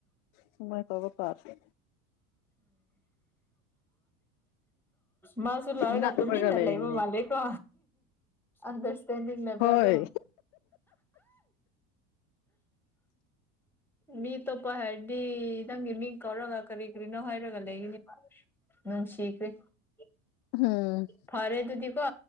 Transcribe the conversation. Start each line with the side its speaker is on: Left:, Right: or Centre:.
Left: ꯁꯨꯃꯥꯏ ꯇꯧꯕ ꯇꯥꯔꯦ
Centre: ꯃꯥꯁꯨ ꯂꯣꯏꯔꯒ
Left: ꯉꯛꯄꯒ
Centre: ꯇꯨꯃꯤꯟꯅ
Left: ꯂꯩꯔꯤꯅꯦ
Centre: ꯂꯩꯕ ꯃꯥꯜꯂꯦꯀꯣ ꯑꯗ ꯇꯗꯤ ꯃꯕꯗ
Left: ꯍꯣꯏ
Centre: ꯃꯤ ꯑꯇꯣꯞꯄ ꯍꯥꯏꯔꯗꯤ ꯅꯪꯒꯤ ꯃꯤꯡ ꯀꯧꯔꯒ ꯀꯔꯤ ꯀꯔꯤꯅꯣ ꯍꯥꯏꯔꯒ ꯂꯩꯔꯤꯅꯤ <unintelligible>
Left: ꯎꯝ
Centre: ꯐꯔꯦꯗꯨꯤꯗꯤ ꯀꯣ